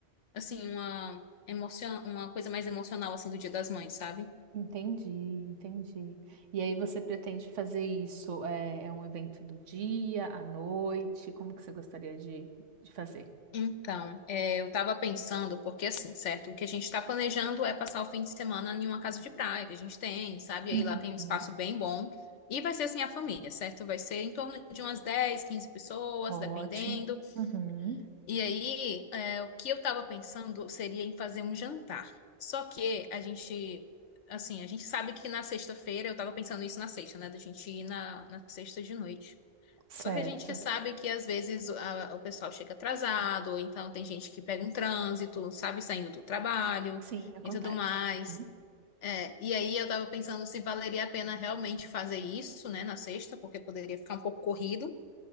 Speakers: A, on the left; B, on the right.
A: assim, uma emocion... uma coisa mais emocional, assim, do Dia das Mães, sabe?
B: entendi, entendi. E aí você pretende fazer isso? É, é um evento do dia, à noite? Como que você gostaria de, de fazer?
A: Então, é, eu tava pensando, porque assim, certo? O que a gente tá planejando é passar o fim de semana em uma casa de praia que a gente tem, sabe?
B: Uhum,
A: Aí lá tem um espaço bem bom. E vai ser assim a família, certo? Vai ser em torno de umas 10 15 pessoas,
B: Ótimo.
A: dependendo.
B: Uhum,
A: E aí, é, o que eu tava pensando seria em fazer um jantar. Só que a gente, assim, a gente sabe que na sexta-feira, eu tava pensando isso na sexta, né? Da gente ir na, na sexta de noite.
B: certo.
A: Só que a gente sabe que às vezes a- o pessoal chega atrasado, ou então tem gente que pega um trânsito, sabe, saindo do trabalho
B: Sim, acontece.
A: e tudo mais.
B: Uhum.
A: É, e aí eu tava pensando se valeria a pena realmente fazer isso, né, na sexta, porque poderia ficar um pouco corrido,